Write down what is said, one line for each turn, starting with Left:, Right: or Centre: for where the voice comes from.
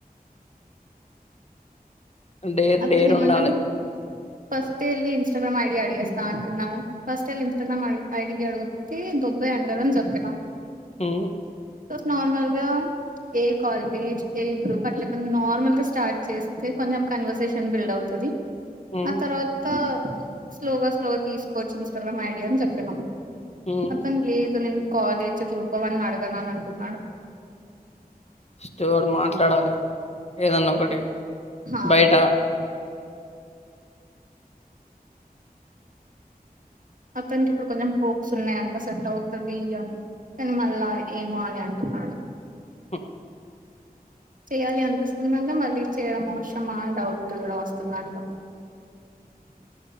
Left: డేర్
Right: అతని
Left: డేర్
Right: ఏమంటాను
Left: ఉండాలి.
Right: ఫస్ట్ ఎళ్ళి ఇన్స్టాగ్రామ్ ఐడి అడిగేస్తా అంటున్నాడు ఫస్ట్ ఎళ్లి ఇన్స్టగ్ర్రామ్ అడి ఐడికె అడుగుతే దొబ్బెయ్ అంటారని చెప్పిన
Left: ఉ
Right: తుస్ నార్మల్గా ఏ కాలేజ్ ఏ గ్రూప్ అట్లే ఏమన్నా నార్మల్ గా స్టార్ట్ చేస్తే కొంచెం కన్వర్జేషన్ ఎంబిల్డ్ అవుతది
Left: హ్మ్.
Right: ఆ తర్వాత తో స్లోగా స్లోగా తీసుకోవచ్చు ఇంస్టాగ్రామ్ ఐడి అని చెప్పిన
Left: హ్మ్.
Right: అతను లేదు నేను కాలేజ్ గ్రూప్ వన్ అడగనా అంటున్నాడు
Left: స్టోర్ మాట్లాడాలి ఏదన్నా ఒకటి
Right: హా
Left: బయట
Right: అతనికి ఇప్పుడు కొంచెం హోప్స్ ఉన్నాయంట సెట్ అవుతది అని కానీ మల్ల ఏమో అని అంటున్నాడు
Left: స
Right: చెయ్యాలి అనిపిస్తుందంట మళ్లీ చేయడం అవసరమా డౌట్ కూడా వస్తుందంట